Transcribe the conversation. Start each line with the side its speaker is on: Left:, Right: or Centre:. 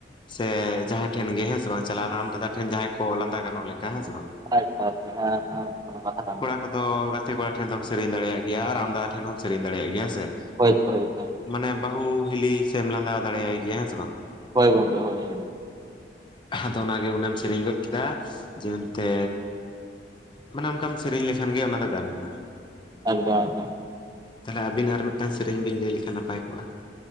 Left: ᱥᱮ ᱡᱟᱦᱟᱸᱭ ᱴᱷᱮᱱ ᱜᱮ ᱦᱮᱸ ᱥᱮ ᱵᱟᱝ ᱪᱟᱞᱟᱣᱱᱟ ᱟᱢ ᱫᱟᱫᱟ ᱴᱷᱮᱱ ᱡᱟᱦᱟᱸᱭ ᱠᱚ ᱞᱟᱸᱫᱟ ᱜᱟᱱᱚᱜ ᱞᱮᱠᱟ ᱦᱮᱸ ᱥᱮ ᱵᱟᱝ,
Right: ᱟᱪᱪᱷᱟ ᱟᱪᱪᱷᱟ ᱦᱮᱸ ᱦᱮᱸ ᱠᱟᱛᱷᱟ ᱠᱟᱱᱟ,
Left: ᱟᱫᱚ ᱜᱟᱛᱮ ᱠᱚᱲᱟ ᱴᱷᱮᱱ ᱫᱚᱚᱢ ᱥᱮᱨᱮᱧ ᱫᱟᱲᱮᱭᱟᱜ ᱜᱮᱭᱟ ᱟᱢᱫᱟ ᱴᱷᱮᱱ ᱦᱚᱸᱢ ᱥᱮᱨᱮᱧ ᱫᱟᱲᱮᱭᱟᱜ ᱜᱮᱭᱟ ᱦᱮᱸ ᱥᱮ,
Right: ᱦᱳᱭᱛᱳ <inaudible>
Left: ᱢᱟᱱᱮ ᱵᱟᱹᱦᱩ ᱦᱤᱞᱤ ᱥᱮᱢ ᱞᱟᱸᱫᱟ ᱫᱟᱲᱮᱭᱟᱭ ᱜᱮᱭᱟ ᱦᱮᱸ ᱥᱮ ᱵᱟᱝ,
Right: ᱦᱳᱭ ᱜᱚᱢᱠᱮ ᱦᱚᱭ ᱦᱚᱭ,
Left: ᱟᱫᱚ ᱚᱱᱟᱜᱮ ᱚᱱᱟᱢ ᱥᱮᱨᱮᱧ ᱜᱚᱫ ᱠᱮᱫᱟ ᱡᱮ ᱢᱮᱱᱛᱮ, ᱢᱟᱱᱮ ᱚᱱᱠᱟᱢ ᱥᱮᱨᱮᱧ ᱞᱮᱠᱷᱟᱱ ᱜᱮ ᱚᱱᱟ ᱫᱚ ᱜᱟᱱ ᱮᱱᱟ,
Right: ᱮᱠᱫᱚᱢ ᱮᱠᱫᱚᱢ,
Left: ᱛᱟᱦᱞᱮ ᱟᱵᱤᱱ ᱟᱨ ᱢᱤᱫᱴᱟᱱ ᱥᱮᱨᱮᱧ ᱵᱤᱱ ᱞᱟᱹᱭ ᱞᱮᱠᱷᱟᱱ ᱱᱟᱯᱟᱭ ᱠᱚᱜᱼᱟ,